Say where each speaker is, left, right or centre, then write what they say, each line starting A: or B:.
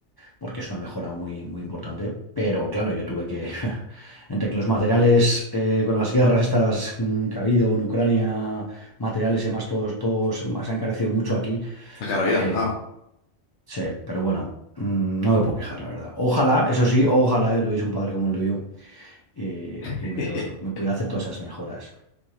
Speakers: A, on the left; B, on the left.
A: porque es una mejora muy, muy importante. Pero claro, yo tuve que, <laughs> entre que los materiales eh, con las guerras estas mm, que ha habido en Ucrania, materiales y demás, todos, todos se han encarecido mucho aquí.
B: La carabina,
A: eh,
B: ah.
A: sí, pero bueno, mm, no me puedo quejar, la verdad. Ojalá, eso sí, ojalá yo tuviese un padre como el tuyo y,
B: <laughs>
A: y me, me pudiera hacer todas esas mejoras,